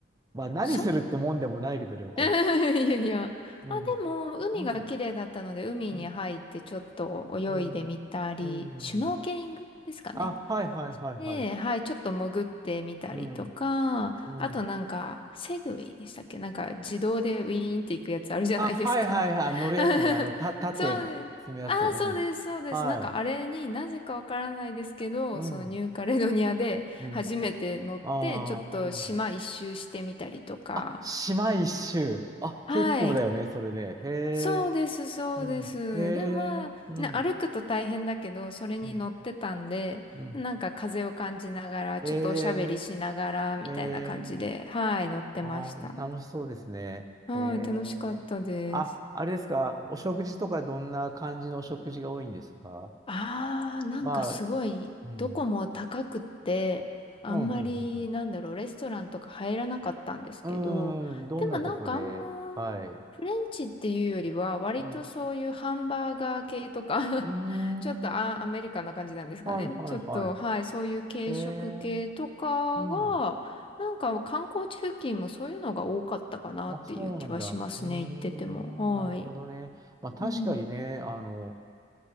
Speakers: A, on the right (about 20°); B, on the left (about 30°).
A: まあ、何するってもんでもないけど、
B: そう、
A: 旅行。
B: <laughs> いやいや。
A: うん。
B: あ、でも、海が綺麗だったので、
A: うん。
B: 海に入ってちょっと泳いでみたり、
A: うん。うん。う
B: シュノーケリングですかね。
A: ん。あ、はいはいはいはい。
B: で、はい、ちょっと潜ってみたりとか、
A: うん。うん。
B: あとなんか、セグウェイでしたっけなんか自動でウィーンっていくやつあるじゃないですか。
A: あ、はいはいはい。乗るやつね。
B: <laughs>
A: あの、た、縦ね、
B: そうです。
A: 積むやつ。
B: ああ、
A: うん。
B: そうです、そうです。
A: はい。
B: なんかあれになぜかわからないですけど、
A: うん。
B: そのニューカレドニアで初めて乗って、
A: うん。ああ、
B: ちょっと島一周してみたりとか。
A: うん。あ、島一周。あ、
B: はい。
A: 結構だよね、それで。へえ。
B: そうです、そうです。
A: うん。へえ。
B: でもまあ、
A: うん。
B: ね、歩くと大変だけど、それに乗ってたんで、
A: うん。うん
B: なんか風を感じながら、
A: へえ。
B: ちょっとおしゃべりしながら、みたいな感じで、
A: へえ。
B: はい、乗ってました。
A: ああ、もう楽しそうですね。
B: はい、
A: へえ。
B: 楽しかったです。
A: あ、あれですか。お食事とかどんな感じのお食事が多いんですか
B: ああ、なんかすごい、
A: まあ、うん。
B: どこも高くって、あんまり、
A: うん、うん、うん。うん
B: なんだろう、レストランとか入らなかったんですけど、
A: うーん、どんなとこで、
B: でもなんかあんま、
A: はい。
B: フレンチっていうよりは、割とそういうハンバーガー系とか
A: うん。うーん。
B: <laughs> ちょっとあ、アメリカンな感じなんですかね。
A: はいはいは
B: ちょっと、はい、そういう軽食系とかが、
A: い。へえ。うん。
B: なんか観光地付近もそういうのが多かったかなっていう気はしますね、
A: あ、そうなんだ。うーん。
B: 行ってても。はい。
A: なるほどね。まあ確かにね、
B: うん、
A: あの、